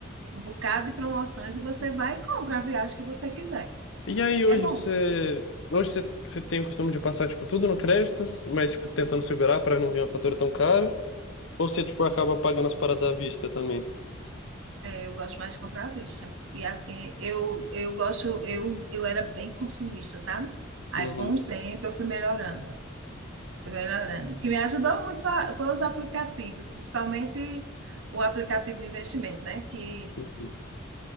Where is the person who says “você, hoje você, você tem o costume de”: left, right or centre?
Left